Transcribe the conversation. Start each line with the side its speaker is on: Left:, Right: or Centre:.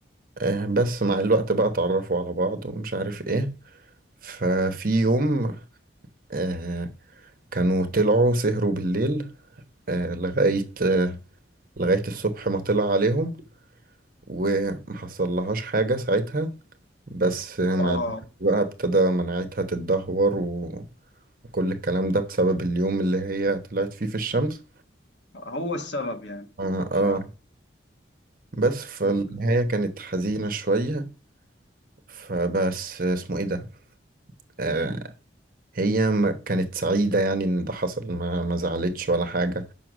Right: آه بس مع الوقت بقى اتعرفوا على بعض ومش عارف ايه ففي يوم آه كانوا طلعوا سهروا بالليل آه لغاية آه لغاية الصبح ما طلع عليهم ومحصلهاش حاجة ساعتها بس آه، مع
Left: اه
Right: الوقت بقى ابتدى مناعتها تتدهور و... وكل الكلام ده بسبب اليوم اللي هي طلعت فيه في الشمس
Left: هو السبب يعني
Right: اه,
Left: ماشي
Right: آه
Left: يا
Right: بس فالنهاية
Left: عم
Right: كانت حزينة شوية فبس اسمه ايه ده آه هي ما كانت سعيدة يعني ان ده حصل ما, ما زعلتش ولا حاجة